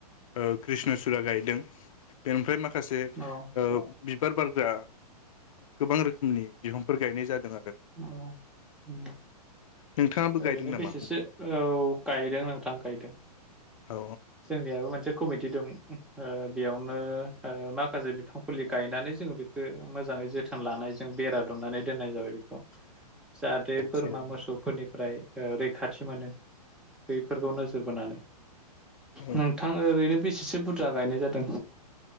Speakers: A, on the left; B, in the centre.
A: ओ क्रिषण'सुरा गायदों बेनिफ्राय माखा खासे
B: औ
A: ओ बिबार बारग्रा गोबां रोखोमनि बिफांफोर गायनाय जादों आर
B: औ उम।
A: नोंथाङाबो गायदों
B: ओरैनो
A: नामा
B: बेसेसो औ गायदों नोंथां गायदों।
A: औ
B: जोंनियाबो मोनसे कमिटि दं। ओ बेयावनो ओ माखासे बिफां फुलि गायनानै जोङो बेखो मोजाङै जोथोन लानाय जों बेरा दुमनानै दोननाय जाबाय बेखौ। जाहाथे
A: औ
B: बोरमा
A: थिगानो
B: मोसौफोरनि फ्राय ओ रैखाथि मोनो बैफोरखौ नोजोर बोनानै।
A: औ
B: नोंथां ओरैनो बेसेसो बुरजा गायनाय जादों।